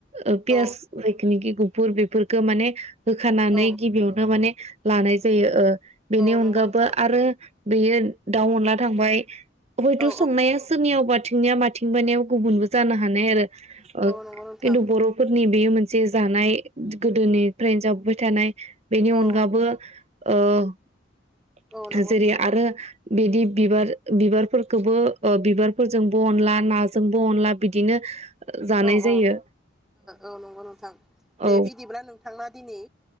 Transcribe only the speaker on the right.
ओ पियास
जायखिनिखि गुफुर बेफोरखौ माने होखानानै
गिबियावनो माने लानाय जायो ओ बेनि
अनगाबैबो
आरो। बेयो दाउ अनला थांबाय हयथ'
संनाया सोरनियावबाथो निया माथिं बानिवा गुबुनबो जानो हानाय आरो
खिन्थु बर'फोरनि बेयो मोनसे जानाय गोदोनिफ्रायनो जाबाय थानाय बेनि
अनगाबो ओ
जेरै आरो बिदि बिबार बिबारफोरखौबो बिबारफोरजोंबो अनला नाजोंबो अनला बिदिनो जानाय
जायो
औ